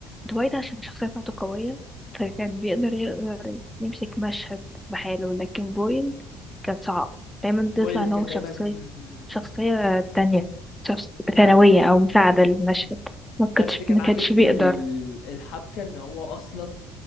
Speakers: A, in the centre; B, on the left (about 60°).
A: دوايت عشان الشخصية بتاعته قوية فكان بيقدر يقدر يمسك مشهد بحاله لكن بويل كان صعب دايما بيطلع
B: بويل
A: ان
B: كان
A: هو
B: دايما
A: شخصية
B: م-
A: شخصية
B: م-
A: تانية شخص
B: فعلا
A: ثانوية
B: اه
A: أو مساعدة للمشهد ما
B: بس
A: كانتش
B: كان
A: ما
B: عاجبني
A: كانتش بيقدر
B: ال- الحبكه ان هو اصلا